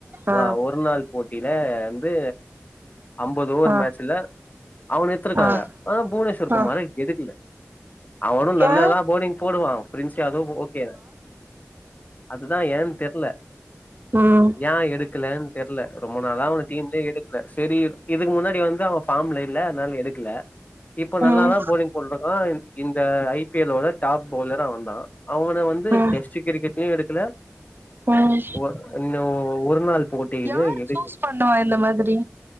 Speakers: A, on the right; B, on the left.
A: ஆ
B: அ ஒரு நாள் போட் ப்பில வந்து அம்பது ஓவர்
A: ஆ
B: மேட்சல அவன் எத்துருக்காங்க
A: ஆ
B: ஆனா புவனேஸ்வர்
A: ஆ
B: குமார எடுக்கல அவனும் நல்லதான்
A: ஏ
B: பௌலிங் போடுவான் பிரின்ஸ் யாதவ் ஓகே அதுதான் ஏன் தெர்ல
A: ம்
B: ஏன் எடுக்கலன்னு தெர்ல ரொம்ப நாளா அவன டீம்லே எடுக் இல்ல செரி இதுக்கு முன்னாடி வந்து அவன் ஃபார்ம்ல இல்ல அதனால எடுக்கல இப்ப நல்லாதான்
A: ம்
B: பௌலிங் போட்ன்ருக்க அஹ் இந்த ஐ பி எல் லோட டாப் பவ்லர் அவன் தான் அவன வந்து
A: ம்
B: டெஸ்ட்டு கிரிக்கட்டெ எடு இல
A: ம்
B: ஒர் என்ன ஒ ஒரு நாள் போட்டியிலு
A: யாரு
B: எடு
A: சூஸ் பண்ணுவா இந்த மாதிரி